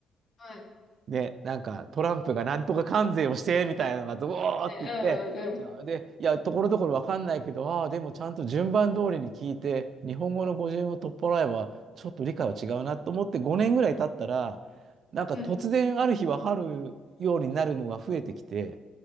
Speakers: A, on the left; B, on the right.
A: はい。
B: ね、なんかトランプがなんとか関税をしてみたいなのが、ドーって言って、
A: はい。うんうんうん。
B: で、いや、ところどころわかんないけど、ああ、でもちゃんと順番通りに聞いて、日本語の語順を取っ払えば、ちょっと理解は違うなと思って5年ぐらい経ったら、なんか突然ある日わかるようになるのが増えてきて、
A: はい。